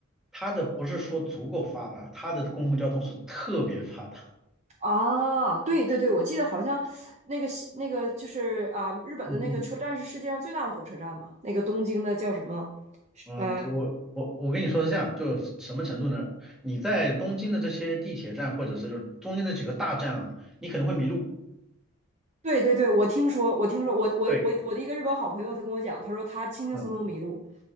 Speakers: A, in the centre; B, on the right.
A: 它的不是说足够发达，它的公共交通是特别发达，
B: 啊，对对对，我记得好像那个西那个就是啊，日本的那个车站是世界上最大的火车站嘛，
A: 嗯嗯。
B: 那个东京的叫什么？
A: 嗯，
B: 呃，
A: 我我我跟你说是这样，就是什么程度呢？你在东京的这些地铁站，或者是就中间的几个大站啊，你可能会迷路。
B: 对对对，我听说，我听说，我我我我的一个日本好朋友，
A: 对，
B: 他跟我讲，他说他轻轻松松迷路，
A: 嗯，